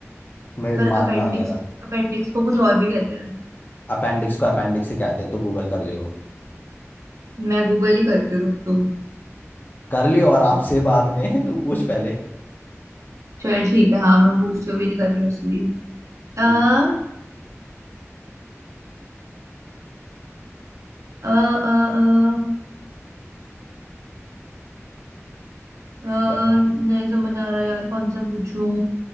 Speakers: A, on the left (about 40°); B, on the right (about 85°).
A: मेरे
B: पर
A: दिमाग
B: अपेंडिक्स
A: में आ गया था
B: अपेंडिक्स को कुछ और भी कहते हैं
A: अपेंडिक्स को अपेंडिक्स ही कहते हैं तो गूगल कर लियो
B: मैं गूगल ही करती हूँ रुक तू
A: कर लियो आराम से बाद में <laughs> तू पूछ पहले
B: चल ठीक है हाँ मैं पूछती हूँ, भी नहीं कर रही वैसे भी आ,
A: हम्म
B: आ, आ, आ, आ,
A: बता
B: नहीं समझ आ रहा यार कौन सा पूछूं